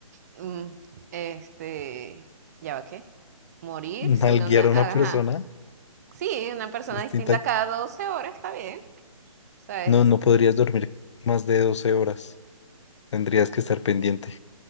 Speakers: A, on the right; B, on the left.
A: mm, este, ¿ya va qué? Morir,
B: ¿Nalguear
A: sino, na-
B: a una
A: ajá,
B: persona
A: sí, una persona
B: distinta?
A: distinta cada 12 horas, está bien. O sea,
B: No, no podrías dormir más de 12 horas. Tendrías que estar pendiente.